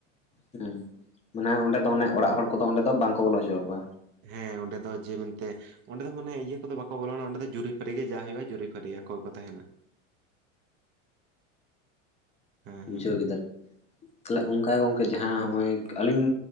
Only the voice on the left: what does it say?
ᱦᱩᱸ ᱢᱟᱱᱮ ᱚᱸᱰᱮ ᱫᱚ ᱚᱱᱮ ᱚᱲᱟᱜ
ᱦᱚᱲ ᱠᱚᱫᱚ ᱚᱸᱰᱮ ᱫᱚ ᱵᱟᱝᱠᱚ ᱵᱚᱞᱚ ᱦᱚᱪᱚᱣᱟ ᱠᱚᱣᱟ
ᱵᱩᱡᱷᱟᱹᱣ
ᱠᱮᱫᱟᱞᱤᱧ ᱛᱟᱦᱞᱮ ᱚᱝᱠᱟ ᱜᱮ ᱜᱚᱝᱠᱮ ᱡᱟᱦᱟᱸ ᱦᱚᱸᱜᱼᱚᱭ ᱟᱹᱞᱤᱧ